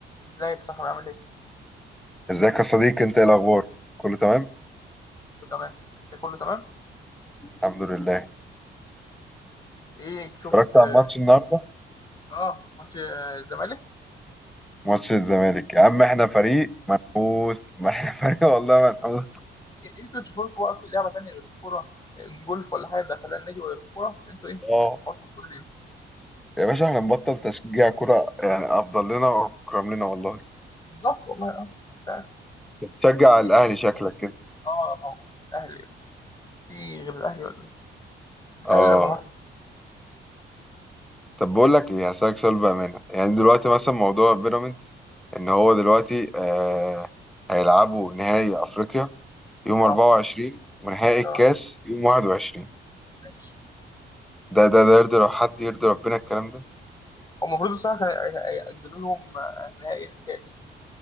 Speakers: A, on the left (about 20°); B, in the centre.
A: ازيك يا صاحبي عامل ايه؟
B: ازيك يا صديقي انت ايه الاخبار كله تمام
A: كله تمام انت كله تمام؟
B: الحمد لله
A: ايه شفت
B: اتفرجت
A: اه
B: على الماتش النهارده
A: آه، ماتش آه، الزمالك
B: ماتش الزمالك يا عم احنا فريق منحوس ما احنا <laughs> فريق والله منحوس
A: إيه إيه انتوا تشوفوا لكم بقى في لعبه تانيه غير الكوره إيه، جولف ولا حاجه دخلها النادي ولا الكوره عشان انتوا ايه
B: اه
A: بقيتوا فاصل كل دي
B: يا باشا احنا نبطل تشجيع كرة يعني افضل لنا واكرم لنا والله
A: بالظبط والله اه مش عارف.
B: أنت بتشجع الاهلي
A: يعني ليه؟
B: شكلك كده
A: اه طبعا الاهلي في غير الاهلي ولا إيه؟ الاهلي
B: اه
A: رقم واحد
B: طب بقول لك ايه هسألك سؤال بامانه يعني دلوقتي مثلا موضوع بيراميدز ان هو دلوقتي آه هيلعبوا نهائي افريقيا يوم
A: اه
B: 24 ونهائي الكاس
A: اه
B: يوم 21
A: ماشي
B: ده ده ده يرضي لو حد يرضي ربنا الكلام ده
A: هو المفروض الصراحه كان ي- يأجلوا لهم آه، نهائي الكاس